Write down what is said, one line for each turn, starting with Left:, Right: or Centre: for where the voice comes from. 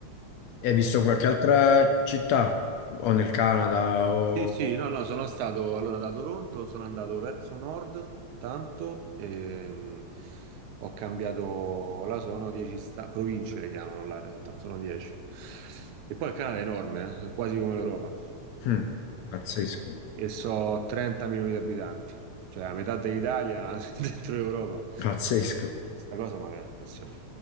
Left: Hai visto qualche altra città? O nel Canada? O...
Right: Sì, sì, no, no, sono stato allora da Toronto, sono andato verso nord tanto, ehm, ho cambiato, là sono 10 sta- province le chiamano là in realtà, sono 10. E poi il Canada è enorme, eh, è quasi come l'Europa.
Left: Mm, pazzesco,
Right: e so 30 milioni di abitanti, cioè la metà dell'Italia <laughs> dentro l'Europa.
Left: pazzesco.
Right: Sta cosa mi aveva impressionato.